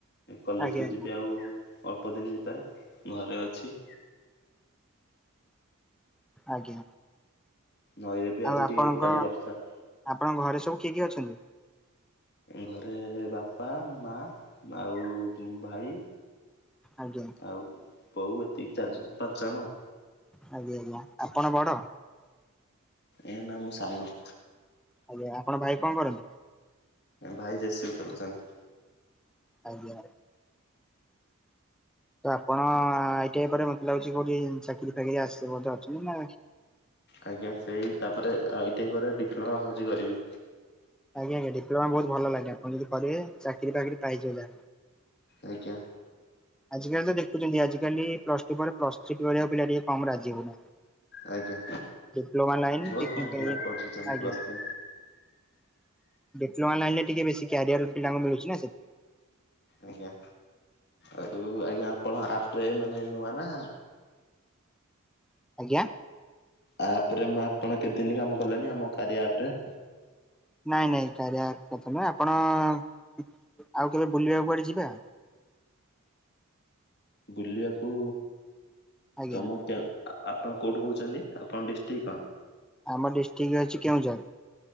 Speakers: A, on the left; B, in the centre.
A: କଲେଜ
B: ଆଜ୍ଞା
A: କୁ
B: ଆଜ୍ଞା
A: ଯିବି ଆଉ ଅଳ୍ପ ଦିନି ଭିତରେ ଘରେ ଅଛି।
B: ଆଜ୍ଞା।
A: ନଇ ରେ ବି
B: ଆଉ
A: ଆଜି
B: ଆପଣଙ୍କ
A: ଟିକେ କାଲି ବର୍ଷା
B: ଆପଣଙ୍କ ଘରେ ସବୁ କିଏ କିଏ ଅଛନ୍ତି?
A: ଘରେ ବାପା ମା ଆଉ ଭାଇ
B: ଆଜ୍ଞା।
A: ଆଉ ବୋଉ ଏତିକି ଚାରି ଜଣ ପାଞ୍ଚ ଜଣ
B: ଆଜ୍ଞା ଆଜ୍ଞା ଆପଣ ବଡ?
A: ଏ ନା ମୁଁ ସାନ।
B: ଆଜ୍ଞା ଆପଣଙ୍କ ଭାଇ କଣ କରନ୍ତି?
A: ଭାଇ ଜେ ସି ବି ଚଲୁଛନ୍ତି।
B: ଆଜ୍ଞା ତ ଆପଣ ଆଇ ଟି ଆଇ ପରେ ମତେ ଲାଗୁଛି କୋଉଠି ଚାକିରି ଫାକିରି ଆସେ ବୋଧେ ଅଛନ୍ତି ନା
A: ଆଜ୍ଞା ସେଇ ତାପରେ ଆଇ ଟି ଆଇ ପରେ ଡିପ୍ଲୋମା ଭାବୁଛି କରିବି।
B: ଆଜ୍ଞା ଆଜ୍ଞା ଡିପ୍ଲୋମା ବହୁତ ଭଲ ଲାଗେ ଆପଣ ଯଦି କରିବେ ଚାକିରିବାକିରି ପାଇଯିବେ ଯାହା।
A: ଆଜ୍ଞା
B: ଆଜିକାଲି ତ ଦେଖୁଛନ୍ତି ଆଜିକାଲି ପ୍ଲସ୍ ଟୁ ପରେ ପ୍ଲସ ଥ୍ରୀ କରିଆ ପିଲା ଟିକେ କମ ରାଜି ହଉ ନାହାଁନ୍ତି।
A: ଆଜ୍ଞା
B: ଡିପ୍ଲୋମା ଲାଇନ
A: ବହୁତ
B: ଟେକ୍ନିକଇ
A: କମ୍ ପିଲା ପଢିଛନ୍ତି
B: ଆଜ୍ଞା।
A: Plus three.
B: ଡିପ୍ଲୋମା ଲାଇନରେ ଟିକେ ବେଶୀ କାରିୟର ପିଲାଙ୍କୁ ମିଳୁଚି ନା ସେ
A: ଆଜ୍ଞା। ଆଉ ଆଜ୍ଞା ଆପଣ ଆପରେ ମାନେ ନୂଆ ନା
B: ଆଜ୍ଞା?
A: ଆପରେ ଆପଣ କେତେଦିନ କାମ କଲେଣି ଆମ କାରିଆ ଆପରେ?
B: ନାଇଁ ନାଇଁ କାରିଆ କଥା ନାଁ ଆପଣ ଆଉ କେବେ ବୁଲିବାକୁ କୁଆଡେ ଯିବା?
A: ବୁଲିବାକୁ
B: ଆଜ୍ଞା
A: ତମ ଆପଣ କୋଉଠୁ କହୁଛନ୍ତି ଆପଣ ଡିଷ୍ଟ୍ରିକ୍ଟ କଣ?
B: ଆମ ଡିଷ୍ଟ୍ରିକ୍ଟ ଅଛି କେଉଁଝର।